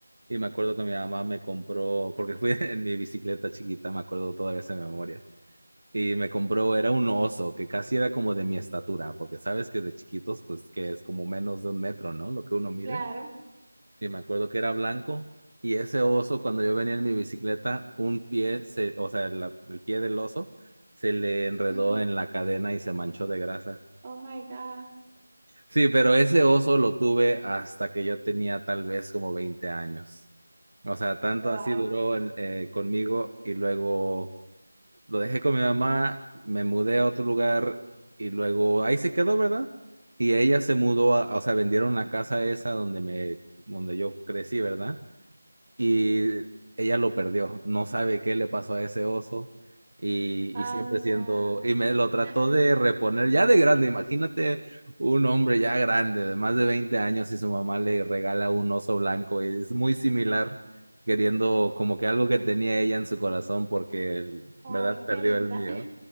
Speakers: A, on the right; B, on the right.
A: Y me acuerdo que mi mamá me compró, porque fui <laughs> en mi bicicleta chiquita, me acuerdo todavía esa memoria y me compró, era un oso que casi era como de mi estatura, porque sabes que de chiquitos, pues que es como menos de un metro, ¿no? Lo que uno mide.
B: claro.
A: Y me acuerdo que era blanco y ese oso, cuando yo venía en mi bicicleta, un pie, se, o sea, la- el pie del oso se le enredó
B: ujú.
A: en la cadena y se manchó de grasa.
B: Oh my God.
A: Sí, pero ese oso lo tuve hasta que yo tenía tal vez como 20 años. O sea, tanto
B: Wow.
A: así duró en- eh, conmigo y luego lo dejé con mi mamá, me mudé a otro lugar y luego ahí se quedó, ¿verdad? Y ella se mudó, a, o sea, vendieron la casa esa donde me, donde yo crecí, ¿verdad? y ella lo perdió. No sabe qué le pasó a ese oso y,
B: Anda.
A: y siempre siento, y me
B: <laughs>
A: lo trató de reponer ya de grande. Imagínate un hombre ya grande, de más de 20 años, y su mamá le regala un oso blanco y es muy similar, queriendo como que algo que tenía ella en su corazón porque, él,
B: Ay,
A: ¿verdad? Perdió
B: qué linda.
A: el mío.